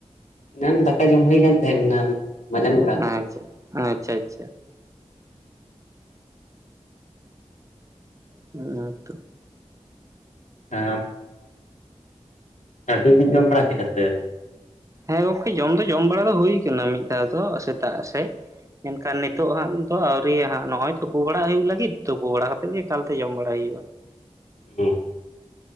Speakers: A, on the left; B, on the right.
A: ᱮᱱᱟᱱ ᱫᱟᱠᱟ ᱡᱚᱢ ᱦᱩᱭ ᱠᱟᱱ ᱛᱟᱦᱮᱸᱫ ᱮᱱᱟᱱ ᱢᱟᱡᱟᱱ ᱵᱮᱲᱟ ᱫᱚ
B: ᱟᱸᱪᱷᱟ ᱟᱪᱪᱷᱟ ᱟᱪᱪᱷᱟ ᱾ ᱦᱢ ᱦᱚᱭᱛᱚ ᱾
A: ᱦᱮᱸ ᱾ ᱟᱹᱵᱤᱱ ᱵᱤᱱ ᱡᱚᱢ ᱵᱟᱲᱟ ᱠᱮᱫᱼᱟ ᱥᱮ ᱟᱹᱣᱨᱤ?
B: ᱦᱮᱸ ᱜᱚᱢᱠᱮ ᱡᱚᱢ ᱫᱚ ᱡᱚᱢ ᱵᱟᱲᱟ ᱫᱚ ᱦᱩᱭ ᱟᱠᱟᱱᱟ ᱢᱤᱫ ᱫᱷᱟᱣ ᱫᱚ ᱥᱮᱛᱟᱜ ᱥᱮᱫ ᱾ ᱢᱮᱱᱠᱷᱟᱱ ᱱᱤᱛᱚᱜ ᱦᱟᱸᱜ ᱫᱚ ᱟᱹᱣᱨᱤᱭᱟ ᱦᱟᱸᱜ ᱱᱚᱜᱼᱚᱭ ᱛᱩᱯᱩ ᱵᱟᱲᱟ ᱦᱩᱭᱩᱜ ᱞᱟᱹᱜᱤᱫ ᱛᱩᱯᱩ ᱵᱟᱲᱟ ᱠᱟᱛᱮᱫ ᱜᱮ ᱮᱠᱟᱞᱛᱮ ᱡᱚᱢ ᱵᱟᱲᱟᱭ ᱦᱩᱭᱩᱜᱼᱟ ᱾
A: ᱦᱢ ᱾